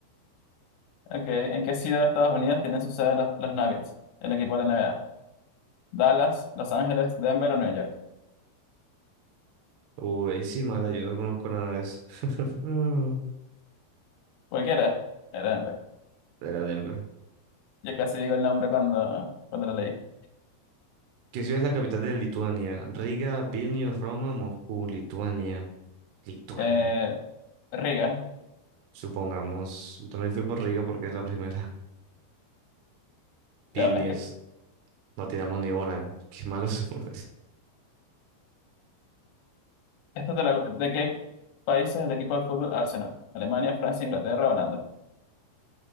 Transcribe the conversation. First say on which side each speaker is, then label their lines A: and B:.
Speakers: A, on the left; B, on the right.
A: Ok, ¿en qué ciudad de Estados Unidos tienen su sede los, los Nuggets, el equipo de la NBA? ¿Dallas, Los Ángeles, Denver o Nueva York?
B: Uy, sí, mala, yo no conozco nada de eso. <laughs>
A: Cualquiera, era Denver.
B: Era Denver.
A: Yo casi digo el nombre cuando, cuando lo leí.
B: ¿Qué ciudad es la capital de Lituania? Riga, Vilnius, Roma, Moscú, Lituania. Lituania.
A: Eh, Riga,
B: Supongamos. Yo también fui por Riga porque es la primera. <laughs>
A: ya,
B: Vilnius.
A: es que,
B: No tiramos ni una. Qué malos <laughs> somos.
A: esto te lo- ¿de qué país es el equipo de fútbol Arsenal? ¿Alemania, Francia, Inglaterra, Holanda?